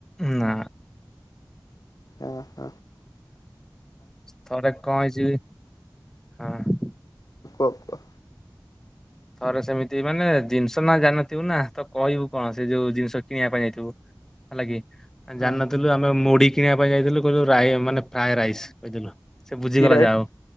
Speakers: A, in the centre; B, on the left.
A: ନା।
B: ଅ ହ।
A: ଥରେ କଣ ହେଇଛି ବି- ହଁ
B: <unintelligible>
A: ଥରେ ସେମିତି ମାନେ ଜିନିଷ ନା ଜାଣନଥିବୁ ନା ତ କହିବୁ କଣ, ସେ ଯୋଉ ଜିନିଷ କିଣିବା ପାଇଁ ଯାଇଥିବୁ ହେଲାକି। ଜାଣିିନଥିଲୁ,
B: ହଁ
A: ଆମେ ମୁଢି କିଣିବା ପାଇଁ ଯାଇଥିଲୁ କଦିଲୁ ମାନେ ରା ଫ୍ରାଏ ରାଇସ୍ କହିଦେଲୁ। ସେ ବୁଝିଗଲା
B: କି rice
A: ଯାହା ଆଉ